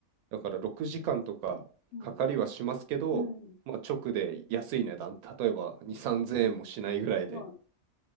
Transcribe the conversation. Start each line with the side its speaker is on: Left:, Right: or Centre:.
Right: だから6時間とかかかりはしますけど、
Left: うん。うん。
Right: まあ、直で安い値段、例えば2、3000円もしないぐらいで
Left: は